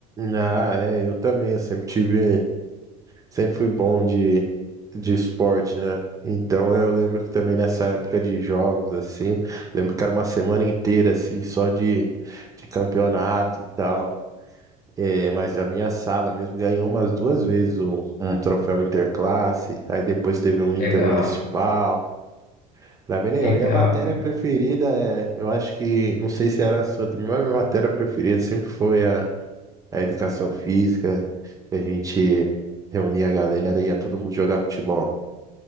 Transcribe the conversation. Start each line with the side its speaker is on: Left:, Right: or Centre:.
Right: Ah, é, eu também, eu sempre tive, sempre fui bom de, de esporte, né? Então eu lembro que também nessa época de jogos, assim, lembro que era uma semana inteira, assim, só de, de campeonato e tal. É, mas a minha sala mesmo ganhou umas duas vezes um, um troféu interclasse, aí depois teve um intermunicipal.
Left: Legal,
Right: Era bem legal.
Left: legal,
Right: E a matéria
Left: cara.
Right: preferida, é, eu acho que, não sei se era a sua também, mas a minha matéria preferida sempre foi a educação física, que a gente reunia a galera e ia todo mundo jogar futebol.